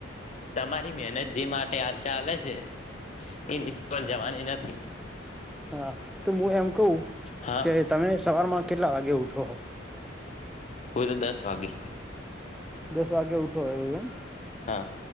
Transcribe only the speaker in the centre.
હા તો હું એમ કવું
કે તમે સવાર માં કેટલા વાગે ઉઠો?
દસ વાગે ઉઠો એવું એમ